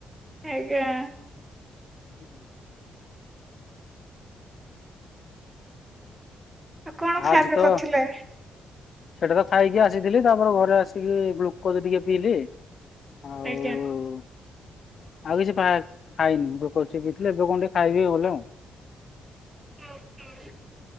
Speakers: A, on the right; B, on the left.
A: ଆଜ୍ଞା।
B: ହୁଁ।
A: ଆଉ କଣ ଖାଇବା
B: ଆଜି ତ
A: କରିଥିଲେ
B: ସେଇଟା ତ ଖାଇକି ଆସିଥିଲି ତାପରେ ଘରେ ଆସିକି ଗ୍ଲୁକୋଜ ଟିକେ ପିଇଲି। ଆ
A: ଆଜ୍ଞା।
B: ହୁଁ। ଆଉ କିଛି ଫା ଖାଇନି ଗ୍ଲୁକୋଜ ଟିକେ ପିଇଥିଲି, ଏବେ କଣ ଟିକେ ଖାଇବି ଗଲେ ଆଉ।
A: ହୁଁ ହୁଁ।